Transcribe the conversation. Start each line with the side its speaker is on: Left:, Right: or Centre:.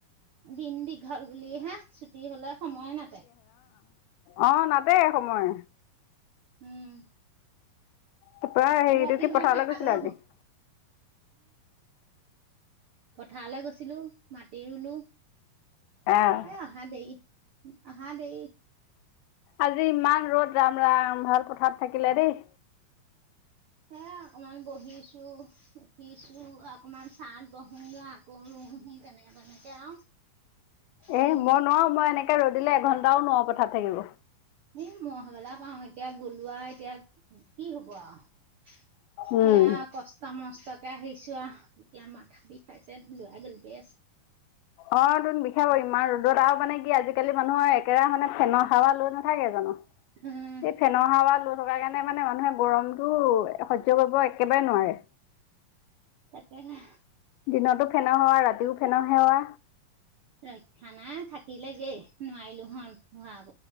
Right: দিন দীঘল বুলিহে, ছুটি হলে সময় নাটে।
Left: অ নাটে সময়।
Right: উম,
Left: ত পেৰাই আহিটোতি
Right: ৰাতি ভাত
Left: পঠালে
Right: নাখালেও
Left: কৈছে আজি।
Right: হ
Left: <inaudible>
Right: পথাৰলে গৈছিলো, মাটি ৰুলো।
Left: আহ
Right: এ অহা দেই, অহা দেই।
Left: আজি ইমান ৰ'দ ৰাম ৰাম ভাল পথাৰ থাকিলে দেই।
Right: সে অকমান বহিছো উঠিছো অকমান চাহত বহোগে আকৌ। বহি তেনেকে। তেনেকে আৰু
Left: এ
Right: দিন
Left: মই নোৱাৰো মই এনেকে ৰ'দিলে এঘন্টাও নোৱাৰো পথাৰত। থাকিব।
Right: এই মই সবেলা পাওঁ এতিয়া গলোৱা এতিয়া। কি হব আৰু সেয়া
Left: উম।
Right: কষ্ট মষ্টকে আহিছো আৰু। এতিয়া মাথা বিখাইছে লৰা গালি দি আছে।
Left: অ তোন বিষাব ইমান ৰ'দত আৰু মানে কি আজিকালি। আজিকালি মানুহৰ একেৰাহে মানে ফেনৰ সাৱা লৈ নাথাকে জানো।
Right: উম
Left: এই ফেনৰ হাউৱা লৈ থকা কাৰণে মানে মানুহে গৰমতটো। সহ্য কৰিব একেবাৰে নোৱাৰে।
Right: তাকে হে।
Left: দিনতো ফেনৰ সাৱা ৰাতিও ফেনৰ সাৱা।
Right: ৰক্ষা নাই থাকিলে দেই নোৱাৰিলো হয় ভৰাব।